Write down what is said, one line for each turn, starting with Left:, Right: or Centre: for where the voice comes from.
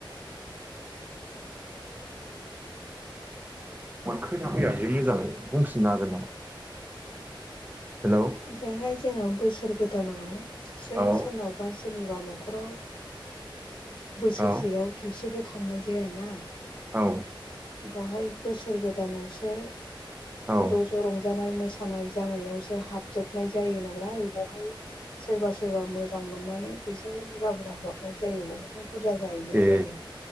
Right: खोना फैयासै मोजाङै बुंफिननो हागोन नामा हेलौ
Left: बेहाय जोङो बोसोर गोदानाव सो
Right: औ
Left: सोरनावबा सो सोरनिबा न'खराव बोसोरसेयाव
Right: औ
Left: खेबसेबो थांनाय जायाना
Right: औ
Left: बेवहाय बोसोर गोदानावसो
Right: औ
Left: ज' ज' रं जानाय मोसानाय जानायावसो हाब जोबनाय जायो नालाय बेवहाय सोरबा सोरबा मोजां मोननानै फैसखौ बुरजा बुरजा हरनाय जायो बेवहायनो बुरजा जाहैनाय
Right: ए
Left: जायो